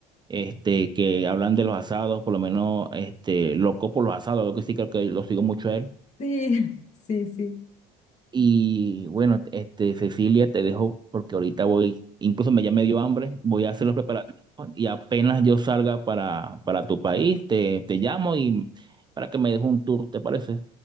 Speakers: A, on the right; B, on the left.
A: este, que hablan de los asados, por lo menos este, loco por los asados, lo que sí creo que lo sigo mucho a él.
B: Sí, sí, sí.
A: Y bueno, este, Cecilia, te dejo porque ahorita voy, incluso me ya me dio hambre, voy a hacer los preparativos y apenas yo salga para, para tu país, te, te llamo y para que me dejes un tour, ¿te parece?